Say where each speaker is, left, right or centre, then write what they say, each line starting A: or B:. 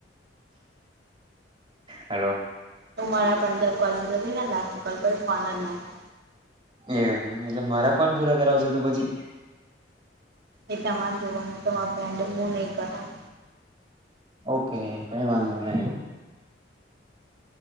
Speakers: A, on the right; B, on the right.
A: હલો.
B: તું મારા પંદર કોલ પૂરા થઈ જા ના, કલ પછી ફોન જ ના કરે.
A: એમ. એટલે મારા કોન પૂરા કરાવશે તો પછી?
B: એ તમારે જોવાનું. તમાર <unintelligible> હું નહીં કરાવું.
A: ઓકે. કંઈ વાંધો નહી.